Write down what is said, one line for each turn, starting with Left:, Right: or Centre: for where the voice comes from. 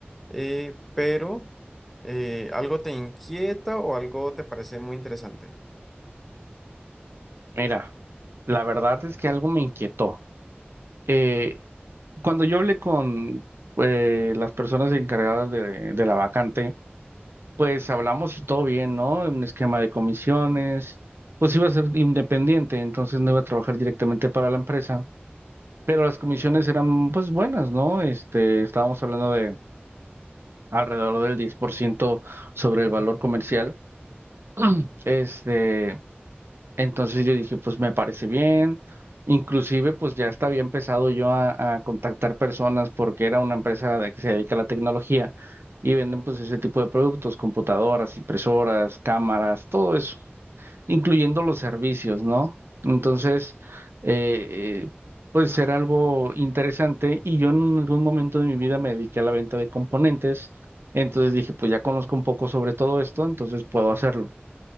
Centre: eh, pero eh, ¿algo te inquieta o algo te parece muy interesante?
Right: Mira, la verdad es que algo me inquietó. Eh, cuando yo hablé con eh, las personas encargadas de, de la vacante, pues hablamos y todo bien, ¿no? Un esquema de comisiones, pues iba a ser independiente, entonces no iba a trabajar directamente para la empresa Pero las comisiones eran pues buenas, ¿no? Este, estábamos hablando de alrededor del 10% sobre el valor comercial. <clears throat> Este, entonces yo dije, pues me parece bien. Inclusive, pues ya estaba empezado yo a, a contactar personas porque era una empresa de- que se dedica a la tecnología y venden pues ese tipo de productos, computadoras, impresoras, cámaras, todo eso incluyendo los servicios, ¿no? Entonces, eh, eh, pues será algo interesante y yo en algún momento de mi vida me dediqué a la venta de componentes, entonces dije, pues ya conozco un poco sobre todo esto, entonces puedo hacerlo.